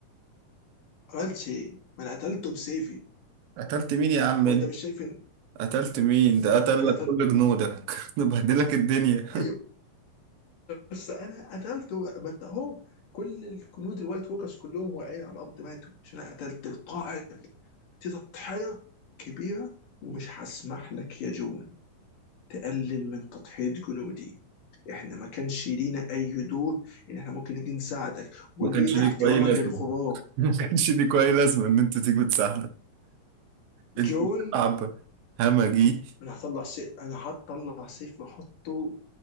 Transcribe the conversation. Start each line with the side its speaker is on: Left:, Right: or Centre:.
Left: عملتش ايه؟ ما انا قتلته بسيفي
Right: قتلت مين يا عم
Left: وانت
Right: انت
Left: مش شايف ان
Right: قتلت مين ده قتل
Left: هو انا
Right: لك
Left: قتلت
Right: كل جنودك <laughs> ده بهدل لك الدنيا
Left: ايوه بس انا قتلته ما انت اهو كل الجنود الوايت ووكرز كلهم واقعين على الارض ماتوا عشان انا قتلت القائد دي تضحيه كبيره ومش هسمح لك يا جون تقلل من تضحيه جنودي احنا ما كانش لينا اي دور ان احنا ممكن نيجي نساعدك وجيت
Right: ما كانش ليك
Left: احتراما
Right: اي لازمة
Left: للغراب
Right: ما كانش ليك اي لازمة ان انت تيجي تساعدك انت
Left: جون
Right: شعب همجي
Left: انا هطلع سيف انا هطلع سيف واحطه